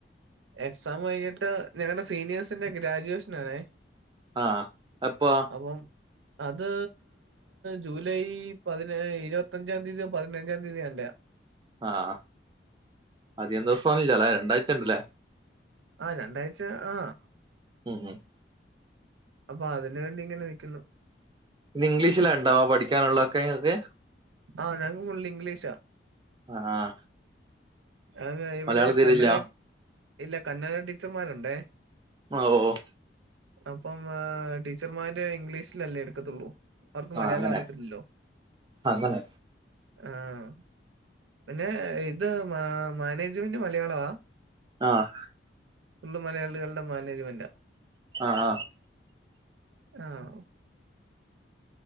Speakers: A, on the right; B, on the right.
A: എക്സാം കഴിഞ്ഞിട്ട് ഞങ്ങളുടെ സീനിയേഴ്സിന്റെ ഗ്രാജുവേഷനാണേ
B: ആഹ് എപ്പൊ
A: അപ്പം അത് ജൂലൈ പതിനേ ഇരുപത്തഞ്ചാം തീയതിയൊ പതിനഞ്ചാം തീയതിന്നെയാ
B: ആഹ് അധികം ദിവസം ഇല്ല അല്ലേ രണ്ടായിഴ്ച ണ്ടല്ലേ
A: ആഹ് രണ്ടാഴ്ച ആഹ്
B: ഉം ഉം
A: അപ്പൊ അതിന് വേണ്ടി ഇങ്ങനെ നിക്കുന്നു
B: ഇന്ന് ഇംഗ്ലീഷിലണ്ടാവാ പഠിക്കാനുള്ളതൊക്കെ ഇങ്ങക്ക്
A: ആഹ് ഞങ്ങക്ക് ഫുള്ള് ഇംഗ്ലീഷാ
B: ആഹ്
A: ആഹ് ഇവിടെ
B: മലയാളം തീരെല്ല
A: കന്നഡ ഇല്ല കന്നഡ ടീച്ചർമാരുണ്ടേ
B: ഓഹ് ഓഹ്
A: അപ്പം ടീച്ചർമാര് ഇംഗ്ലീഷിലല്ലേ എടുക്കത്തുള്ളൂ അവർക്ക്
B: ആഹ്
A: മലയാളം
B: അങ്ങനെ
A: അറിയത്തില്ലല്ലോ
B: അങ്ങനെ
A: ആഹ് പിന്നെ ഇത് മാനേജ്മെന്റ് മലയാളവാ
B: ആഹ്
A: ഉള്ള മലയാളികളുടെ മാനേജ്മെന്റാ
B: ആഹ് ആഹ്
A: ആഹ്